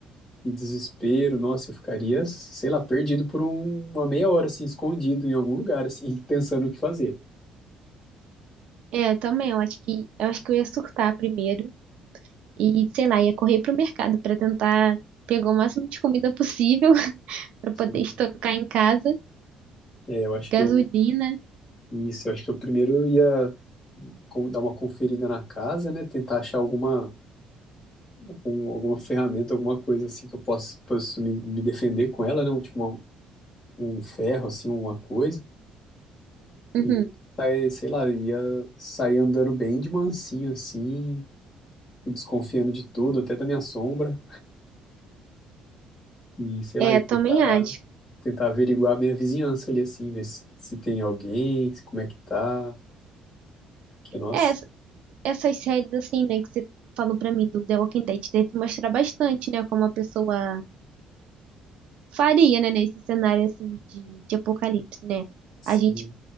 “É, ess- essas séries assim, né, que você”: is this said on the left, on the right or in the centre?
Right